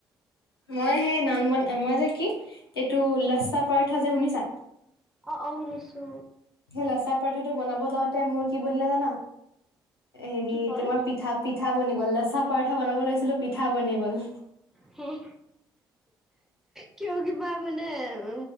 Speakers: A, on the left; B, in the centre.
A: মই সেই নান বন মই যে কি, এইটো লেচ্ছা পাৰঠা যে শুনিছা?
B: অ অ শুনিছো।
A: সেই লেচা পৰথাটো বনাব যাওঁতে মোৰ কি বনিলে জানা? হেৰি
B: কি হ'ল
A: তোমাৰ পি পিঠা পিঠা বনি গ'ল। লেচা পৰঠা বনাব লৈছিলো পিঠা বনি গ'ল।
B: হম কিয় কিবা মানে উ